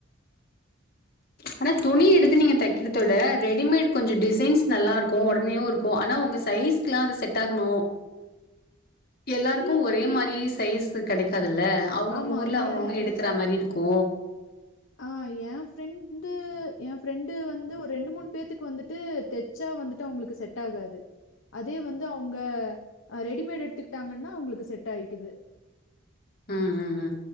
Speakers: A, on the left (about 50°); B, on the left (about 65°).
A: ஆனா துணி எடுத்து நீங்க தைக்கிறத விட ரெடிமேட் கொஞ்ச டிசைன்ஸ் நல்லா இருக்கும் உடனேயும் இருக்கு ஆனா உங்க சைஸ்க்கெல்லா அது செட் ஆகணு எல்லாருக்கும்
B: இல்ல இல்ல.
A: ஒரே மாரி ஸ் சைஸ் கெடைக்காது ல்ல அவங்கவுங்க
B: ஆமா.
A: ஊர்ல
B: இல்ல.
A: அவங்கவுங்க எடுக்கிற மாரி இருக் க்கு
B: ஆஹ் என் ஃப்ரெண்டு என் ஃப்ரெண்டு வந்து ஒரு ரெண்டு மூணு பேத்துக்கு வந்துட்டு தெச்சா வந்துட்டு அவங்களுக்கு செட் ஆகாது அதே வந்து அவுங்க ஆ ரெடிமேட் எடுத்துக்கிட்டாங்கன்னா அவங்களுக்கு செட் ஆயிக்குது
A: ம் ம் ம்